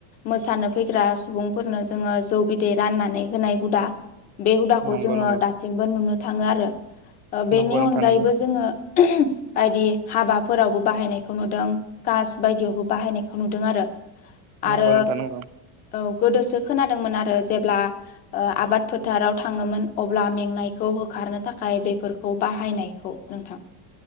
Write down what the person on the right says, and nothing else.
नंगौ
नंगौ
नंगौ नोंथां
नंगौ
नंगौ
नोंथां नंगौ